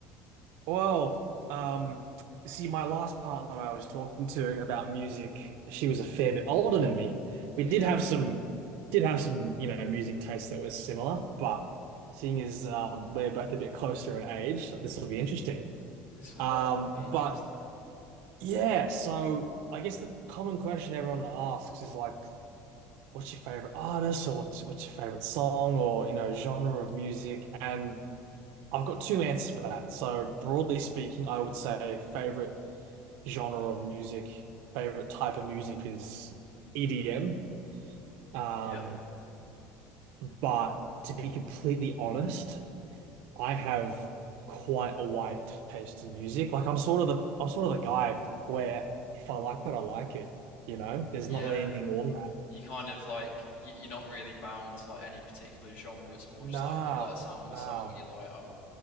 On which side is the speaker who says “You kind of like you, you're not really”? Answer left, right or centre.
Left